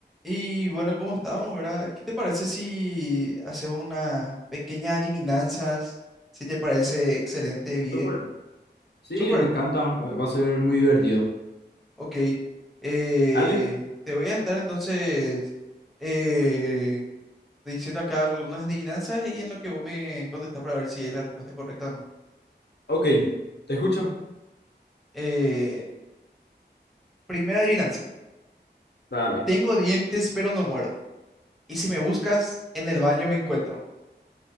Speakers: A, in the centre; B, on the left (about 65°).
A: Y bueno, ¿cómo estamos, verdad? ¿Qué te parece si hacemos unas pequeñas adivinanzas? Si te parece excelente, bien.
B: Súper. Sí,
A: Súper,
B: me encanta. eh, Va a ser muy divertido.
A: ok. Eh,
B: Dale.
A: te voy a estar entonces eh, diciendo acá algunas adivinanzas y en lo que vos me contestás para ver si es la respuesta correcta o no.
B: Ok. Te escucho.
A: Eh, primera adivinanza.
B: Dale.
A: Tengo dientes, pero no muero. Y si me buscas, en el baño me encuentro.